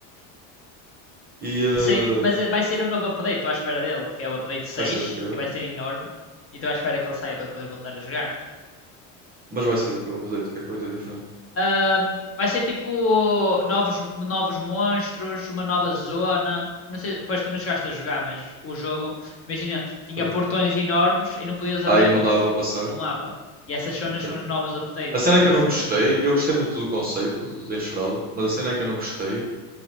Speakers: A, on the right; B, on the left.
A: E eh,
B: Sim, mas eh, vai ser um novo update, estou à espera dele, que é o update 6,
A: vai ser do que é?
B: que vai ser enorme. E estou à espera que ele saia para depois voltar a jogar.
A: Mas vai ser do que eu update, o que é que vai ter diferente?
B: Ahm, vai ser tipo novos, novos monstros, uma nova zona. Não sei, pois tu não chegaste a jogar, mas o jogo, imagina, tinha
A: Foi.
B: portões enormes e não podias abri-los
A: Aí não dava para passar.
B: no mapa. E essas zonas
A: Ok.
B: são os novos updates,
A: A cena
B: vá,
A: que
B: basicamente.
A: eu não gostei, eu gostei muito do conceito de de enxerado, mas a cena que eu não gostei